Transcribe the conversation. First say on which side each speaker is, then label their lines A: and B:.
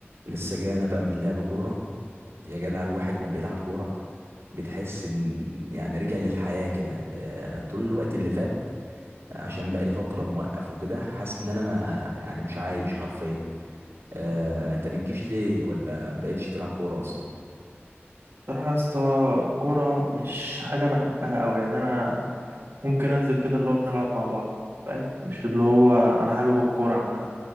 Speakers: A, on the right; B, on the right.
A: لسه جاي انا بقى من لعب كوره يا جدع الواحد ما بيلعب كوره بتحس ان يعني رجع للحياه كده آه، طول الوقت اللي فات آه، عشان بقى لي فتره موقف وكده حاسس ان انا ما يعني مش عايش حرفيا آه، انت بتجيش ليه ولا بقيتش تلعب كوره اصلا
B: بصراحة يا اسطى الكورة مش حاجة بحبها أوي يعني أنا ممكن أنزل كده اللي هو بنلعب مع بعض فاهم مش اللي هو أنا حابب الكورة عامة